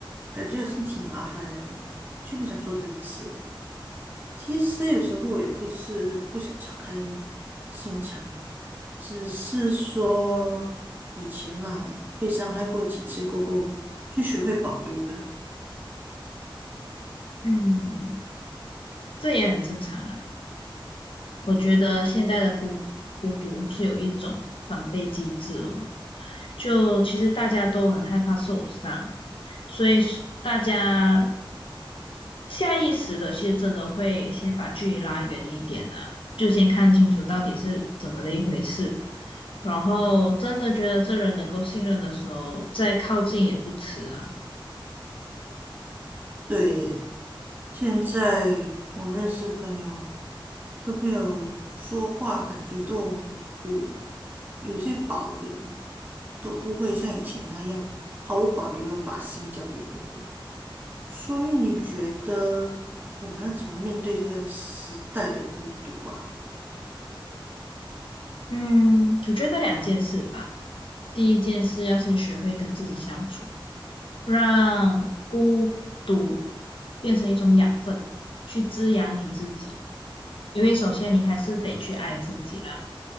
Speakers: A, on the right (about 20°); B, on the left (about 75°).
A: 感觉是挺麻烦人的就不想做这件事。其实有时候我也不是不想敞开心肠嘛，只是说以前嘛，被伤害过几次过后，就学会保留了。
B: 嗯，这也很正常啦。我觉得现代的孤孤独是有一种防备机制哦，就其实大家都很害怕受伤，所以是大家下意识的其实真的会先把距离拉远一点啊，就先看清楚到底是怎么的一回事，然后真的觉得这人能够信任的时候，再靠近也不迟啊。
A: 对耶。现在我认识朋友，跟朋友说话感觉都有有些保留，都不会像以前那样毫无保留的把心交给别人。所以你觉得我们要怎么面对这个时代的孤独啊？
B: 嗯，我觉得两件事吧，第一件事要先学会跟自己相处。让孤独变成一种养分，去滋养你自己。因为首先你还是得去爱自己啦。